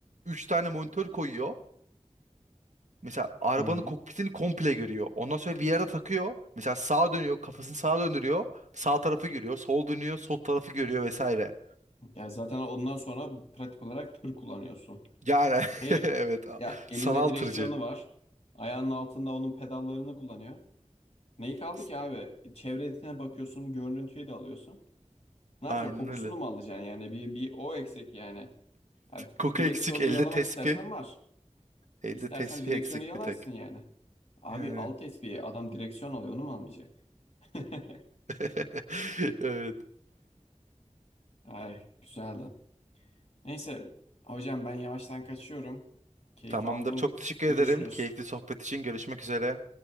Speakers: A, on the right (about 75°); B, on the left (about 50°).
A: 3 tane monitör koyuyor. Mesela arabanın
B: Hmm.
A: kokpitini komple görüyor. Ondan sonra VR'a takıyor. Mesela sağa dönüyor, kafasını sağa döndürüyor. Sağ tarafı görüyor, sol dönüyor, sol tarafı görüyor vesaire.
B: Ya zaten ondan sonra pratik olarak tır kullanıyorsun.
A: Yani
B: Ne,
A: <laughs> evet
B: ya elinde
A: sanal
B: direksiyonu
A: tırcı.
B: var. Ayağının altında onun pedallarını kullanıyor. Neyi kaldı
A: S-
B: ki abi? Çevresine bakıyorsun, görüntüyü de alıyorsun. Ne yapacaksın?
A: Aynen
B: Kokusunu
A: öyle.
B: mu
A: <laughs>
B: alacaksın yani? Bir, bir o eksik yani. Ya
A: Koku
B: direksiyonu
A: eksik, elde
B: yalamak
A: tespih.
B: istersen var.
A: Elde
B: İstersen
A: tespih
B: direksiyonu
A: eksik
B: yalarsın
A: bir tek.
B: yani. Abi
A: Yani.
B: alt espiye adam direksiyon alıyor onu mu almayacak? <laughs>
A: <laughs> Evet.
B: Ay güzeldi. Neyse hocam ben yavaştan kaçıyorum. Keyif
A: Tamamdır.
B: aldım.
A: Çok teşekkür
B: Görüşürüz.
A: ederim. Keyifli sohbet için görüşmek üzere.